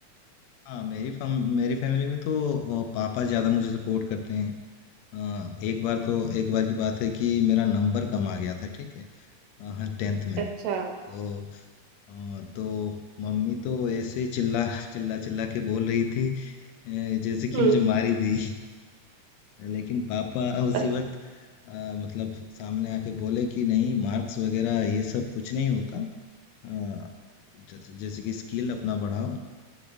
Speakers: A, on the left; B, on the right.
A: हाँ मेरी फैम मेरी फैमिली में तो अ, पापा ज़्यादा मुझे सपोर्ट करते हैं अ, एक बार तो एक बार की बात है कि मेरा नंबर कम आ गया था, ठीक है? अ, हाँ 10th में।
B: अच्छा
A: तो अ, तो मम्मी तो ऐसे ही चिल्ला चिल्ला-चिल्ला के बोल रही थी अ, जैसे कि
B: हम्म
A: मुझे मार ही देगी। लेकिन पापा उसी
B: <laughs>
A: वक़्त अ, मतलब सामने आके बोले कि नहीं मार्क्स वग़ैरह ये सब कुछ नहीं होता। अ, जैसे जैसे कि स्किल अपना बढ़ाओ